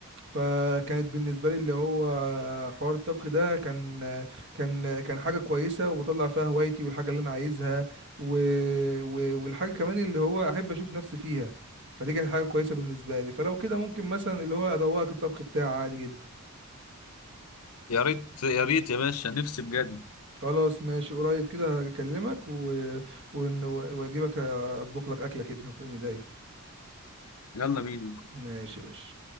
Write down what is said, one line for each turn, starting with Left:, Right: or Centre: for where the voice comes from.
Right: فكانت بالنسبه لي اللي هو آه، حوار الطبخ ده كان آه، كان آه، كان حاجه كويسه وبطلع فيها هوايتي والحاجه اللي انا عايزها و... و... والحاجه كمان اللي هو احب اشوف نفسي فيها فدي كانت حاجه كويسه بالنسبه لي فلو كده ممكن مثلا اللي هو ادوقك الطبخ بتاعي عادي جدا
Left: يا ريت يا ريت يا باشا نفسي بجد
Right: خلاص ماشي قريب كده هكلمك و... ون- واجيبك اطبخ لك اكله كده من ايديا
Left: يلا بينا
Right: ماشي يا باشا